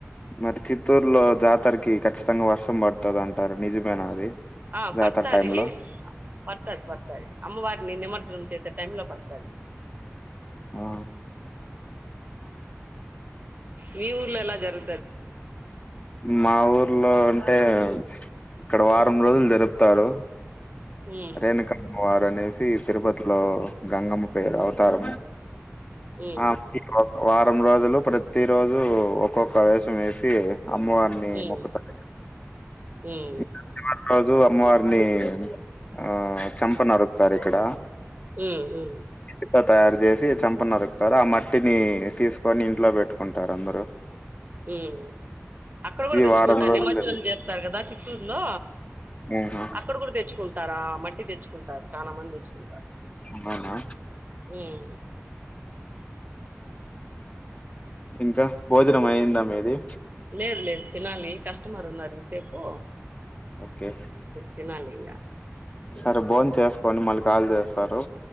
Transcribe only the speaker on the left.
మరి చిత్తూరులో జాతరకి ఖచ్చితంగా వర్షం పడుతుందింటారు నిజమేన అది
జాతర
టైమ్ లో
ఆ
మా ఊర్లో అంటే ఇక్కడ వారం రోజులు జరుపుతారు
రేణుకమ్మ వారు అనేసి తిరుపతిలో గంగమ్మ పేరు అవతారం
ఆ వా వారం రోజులు ప్రతిరోజు ఒక్కొక్క వేషామ్ వేసి అమ్మవారిని
మొక్కుతారు
ఇంకా రోజు అమ్మవారిని ఆ చంప నరుకుతారు ఇక్కడ
ఇటుక తయారు చేసి చంప నరుకుతారు ఆ మట్టిని తీసుకొని ఇంట్లో పెట్టుకుంటారు అందరు
వారం రోజులు
జరుగు
ఆహా
మనా
ఇంకా భోజనం అయిందా మీది
ఓకే
సరే బోన్ చేసుకోని మళ్ళీ కాల్ చేస్తారు